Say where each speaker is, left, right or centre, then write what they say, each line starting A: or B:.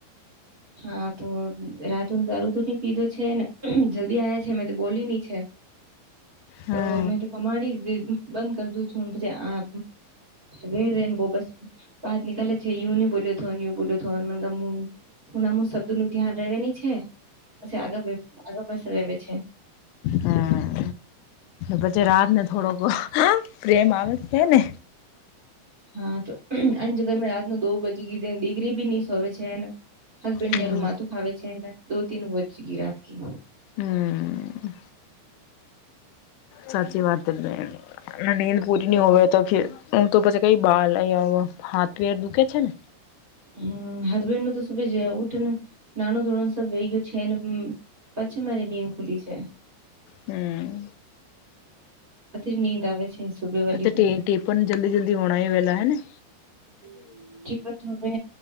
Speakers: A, on the right; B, on the left.
A: હા તો રાત દારૂ દૂ ની પીધો છે ને જલ્દી આવ છે મે બોલી નની છે
B: હમ
A: તો મેં તો કમાડી બંધ કર દું છું પછી આ રે ર ને બસ વાત નનીલે છે યું ન બોલ્યો યુ બોલ્યો <inaudible> મ હું નામ શબ્દ નું ધ્યાન રવાની છે <inaudible> પછી આગળ આગળ પાસ આવે છે
B: હમ પછી રાત ને થોડોક પ્રેમ આવે જ છે ને
A: હા તો આની જગર મેં રાત ન દો બજી ગીધું દિગરી બી નીસ હોવે છે એને હસબેન્ડ ને
B: હમ
A: રું માતું ખાવ છે દો તીન વજગી રાતકી
B: હમ. સાચી વાત ના નીંદ પૂરી ન હોવે તોર ઉ તો પછી કઈ <unintelligible> હાથપેર દુખે છે ને.
A: હમ હસબેન્ડ નું તો સુભી જ ઉઠ ને નાનો ધોણો સબ વે ગયો છે ને પછી મારી નીદ ખુલી છે.
B: હમ
A: અજી નીંદ આવે છે. સુબે વાલી
B: <unintelligible> તેપણ
A: તો
B: જલ્દી જલ્દી હોણા વેલા હેને
A: <unintelligible>